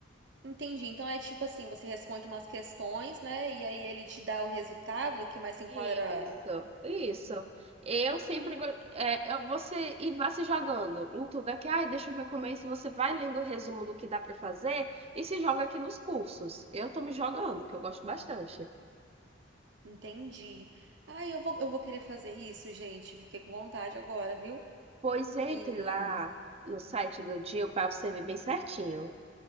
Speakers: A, on the right; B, on the right.
A: Entendi. Então é tipo assim, você responde umas questões, né, e aí ele te dá o resultado que mais se enquadra.
B: Isso, isso. Eu sempre
A: Ah,
B: go- é, eu- você e vá se jogando em tudo aqui. Ai, deixa eu ver como é isso. Você vai lendo o resumo do que dá para fazer e se joga aqui nos cursos. Eu tô me jogando, que eu gosto bastante.
A: Entendi. Ai, eu vou, eu vou querer fazer isso, gente. Fiquei com vontade agora, viu?
B: Pois entre
A: E
B: lá no site do Dio para você ver bem certinho.